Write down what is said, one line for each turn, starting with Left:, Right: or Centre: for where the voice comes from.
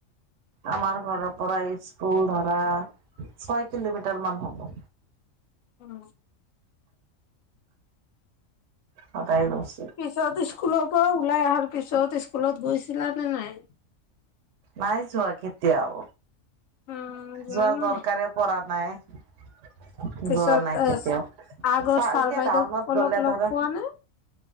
Right: আমাৰ ঘৰৰ পৰা স্কুল ধৰা ছয় কিলোমিটাৰ মান হ'ব
Left: উম
Right: সদায় গৈছ
Left: পিছত স্কুলৰ পৰা ওলাই আহাৰ পিছত স্কুলত গৈছিলা নে নাই?
Right: নাই যোৱা কেতিয়াও
Left: উম যোৱা
Right: যোৱাৰ
Left: নাই
Right: দৰকাৰে পৰা নাই
Left: পিছত
Right: যোৱা নাই
Left: এ
Right: কেতিয়াও
Left: আগৰ
Right: চা
Left: ছাৰ
Right: এতিয়া
Left: বাইদেউসকলক
Right: টাউনত গলে
Left: লগ
Right: ধৰা
Left: পোৱা নে